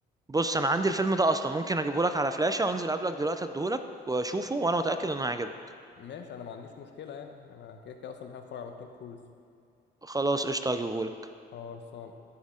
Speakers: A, on the right; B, on the left.
A: بص انا عندي الفيلم ده اصلا ممكن اجيبهولك على فلاشة وانزل قبلك دلوقتي اديهولك واشوفه وانا متأكد انه هيعجبك
B: ماشي انا ما عنديش مشكله يعني انا كده كده اصلا بحب اتفرج على توم كروز
A: خلاص قشطة هجيبهولك
B: اه، خلصان